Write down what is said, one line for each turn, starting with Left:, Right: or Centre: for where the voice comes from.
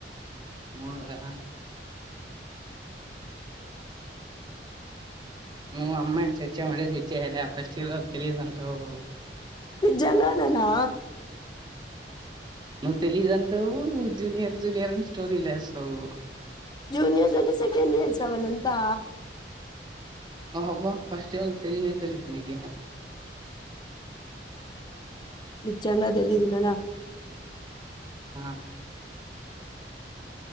Right: మూడోదా నువ్ అమ్మాయిని సెట్ చేయమంటే సెట్ చేయలే ఫస్ట్ ఇయర్ వాళ్ళు తెలిదు అంటావు
Left: నిజంగానేనా
Right: నువ్ తెలీదంటావు జూనియర్ జూనియర్ అని స్టోరీలేస్థవు
Left: జూనియర్స్ అంటే సెకెండ్ ఇయర్స్ ఆ వాలంతా
Right: అబ్బ ఫస్ట్ ఇయర్ ఓల్ తెలియనే తెలియదు నీకి
Left: నిజంగా తెలియదు నయినా
Right: ఆ